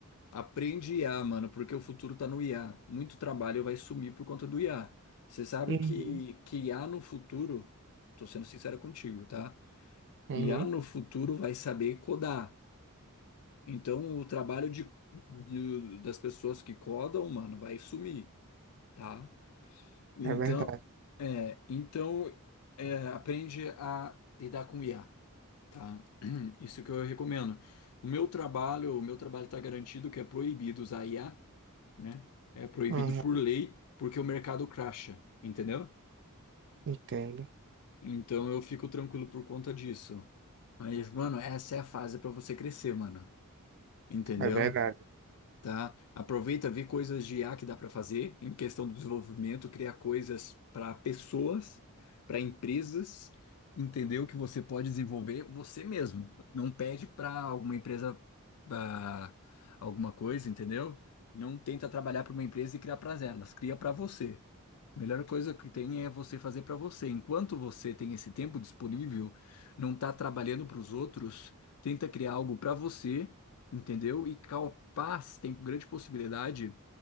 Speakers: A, on the left; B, on the right.
A: Aprende IA, mano, porque o futuro tá no IA. Muito trabalho vai sumir por conta do IA. Você sabe
B: Uhum.
A: que, que IA no futuro, tô sendo sincero contigo, tá?
B: Uhum.
A: IA no futuro vai saber codar. Então o trabalho de, de- das pessoas que codam, mano, vai sumir tá? Então,
B: É verdade.
A: é, então é, aprende a lidar com IA, tá? <clears throat> Isso que eu recomendo. O meu trabalho, o meu trabalho está garantido que é proibido usar IA, né? É proibido
B: Uhum.
A: por lei, porque o mercado crasha, entendeu?
B: Entendo.
A: Então eu fico tranquilo por conta disso. Mas, mano, essa é a fase para você crescer, mano. Entendeu?
B: É verdade.
A: tá? Aproveita, vê coisas de I a que dá para fazer em questão do desenvolvimento, criar coisas para pessoas, para empresas, entendeu? Que você pode desenvolver você mesmo. Não pede para alguma empresa ah, alguma coisa, entendeu? Não tenta trabalhar para uma empresa e criar para elas, cria para você. A melhor coisa que tem é você fazer para você. Enquanto você tem esse tempo disponível, não está trabalhando para os outros, tenta criar algo para você entendeu? E capaz tem grande possibilidade